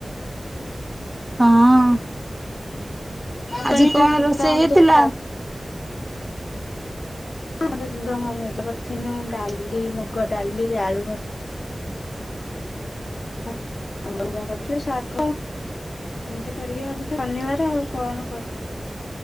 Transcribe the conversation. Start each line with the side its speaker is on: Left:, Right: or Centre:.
Right: ହଁ
Left: ମୁଁ
Right: ଆଜି
Left: କହିଲି
Right: କଣ
Left: ଯୋଉ ସୀତା
Right: ରୋଷେଇ
Left: ଏନ୍ତୁଡି
Right: ହେଇଥିଲା?
Left: ଆମର ଝୁଡ଼ଙ୍ଗ ଭଜା କରିଥିନୁ ଡାଲି ମୁଗ ଡାଲି ଆଳୁ ଭ ଆ ଜାଗାଗଛ ଶାଗ <unintelligible> ଏମତି କରିକି ଆଜି ତ ଶନିବାର ଆଉ କଣ କରି